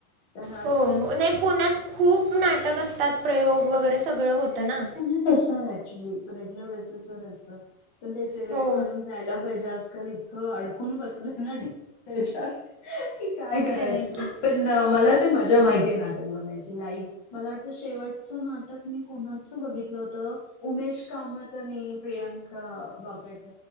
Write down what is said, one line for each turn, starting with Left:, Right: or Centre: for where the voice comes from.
Left: त्यांना आजकाल
Right: हो, नाही पुण्यात खूप नाटक असतात प्रयोग वगैरे सगळं होतं ना
Left: पुण्यात असतात ऍक्च्युली रेग्युलर बेसिस वर असतात. पण तेच ते वेळ
Right: हो
Left: काढून जायला पाहिजे आजकाल इतकं अडकून बसलंय ना अच्याा काय करायचं
Right: खरं आहे की
Left: पण मला ते मजा माहितीये नाटक बघायची लाईव मला वाटतं शेवटचं नाटक मी कोणाच बघितल होत, उमेश कामत आणि प्रियं का बापट